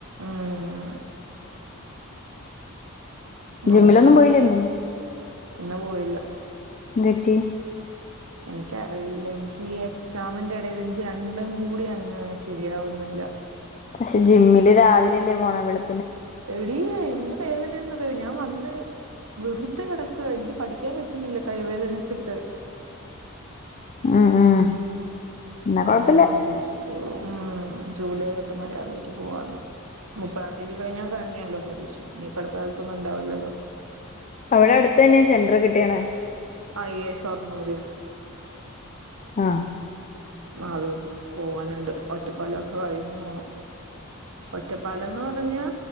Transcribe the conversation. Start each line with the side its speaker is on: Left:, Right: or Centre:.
Right: ഉം നോക്കണം
Left: ജിമ്മിലൊന്നും പോയില്ലേ ഇന്ന്
Right: ഇന്ന് പോയില്ല
Left: എന്ത്‌റ്റി
Right: എനിക്കറിയില്ല എനിക്ക് ഈ എക്സാമിന്റെ എടെല് എനിക്ക് രണ്ടും കൂടി അങ്ങ് ശെരിയാവുന്നി ല്ല
Left: പഷേ ജിമ്മില് രാവിലെല്ലേ പോണെ വെള്
Right: എടിയെ എന്ത് വേദനന്ന് അറിയോ ഞാൻ വന്നയ് വെറുതെ കെടക്കാ എനിക്ക് പഠിക്കാൻ പറ്റുന്നില്ല കൈവേദനിച്ചിട്ട്
Left: ഉം ഉം എന്നാ
Right: അപ്പോ
Left: കൊഴപ്പില്ല
Right: ഞാൻ ഉദ്ദേശിച്ചു ഉം ജൂലൈ തൊട്ട് മര്യാദക്ക് പോവാന്ന് മുപ്പതാം തീയതി കഴിഞ്ഞാ കഴിഞ്ഞല്ലോ പരീഷ ഇനി ഇപ്പഅടുത്ത കാലത്തൊന്നുംണ്ടാവില്ലല്ലോ
Left: അവിടെ അടുത്ത് തന്നെ സെന്റർ കിട്ടിയണേ
Right: അയ്യേ ഷൊർണുര്
Left: ആഹ്
Right: അത് പോവാന്ണ്ട് ഒറ്റപ്പലൊക്കെ കഴിഞ്ഞ് പോണം ഒറ്റപ്പാലംന്ന് പറഞ്ഞാ